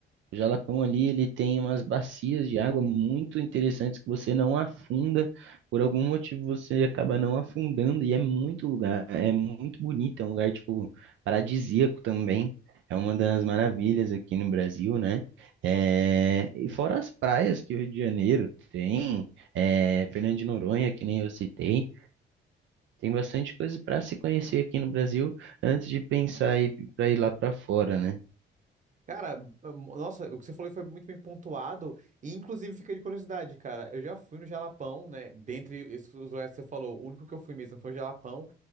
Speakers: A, on the right; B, on the right.
A: O Jalapão ali, ele tem umas bacias de água muito interessantes que você não afunda. Por algum motivo você acaba não afundando e é muito lugar, é muito bonito, é um lugar tipo paradisíaco também. É uma das maravilhas aqui no Brasil, né? É, e fora as praias que o Rio de Janeiro tem, é, Fernando de Noronha, que nem eu citei. Tem bastante coisa para se conhecer aqui no Brasil antes de pensar ir para ir lá para fora, né?
B: Cara, eh, nossa, o que você falou foi muito bem pontuado e inclusive fica de curiosidade, cara. Eu já fui no Jalapão, né? Dentre esses lugares que você falou, o único que eu fui mesmo foi o Jalapão